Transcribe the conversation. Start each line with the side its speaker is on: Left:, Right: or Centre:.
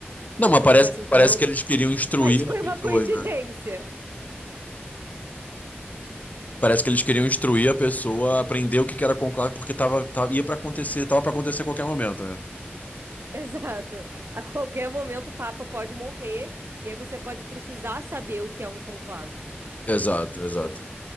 Left: Não,
Right: acho
Left: mas
Right: que
Left: parece,
Right: não foi assim tão.
Left: parece que eles queriam
Right: <laughs>
Left: instruir
Right: Mas foi
Left: as pessoas,
Right: uma coincidência.
Left: né? Parece que eles queriam instruir a pessoa a aprender o que que era conclave, porque tava, tava- ia pra acontecer, tava pra acontecer a qualquer momento, né?
Right: <laughs> Exato. A qualquer momento o Papa pode morrer, e aí você pode precisar saber o que é um conclave.
Left: Exato, exato.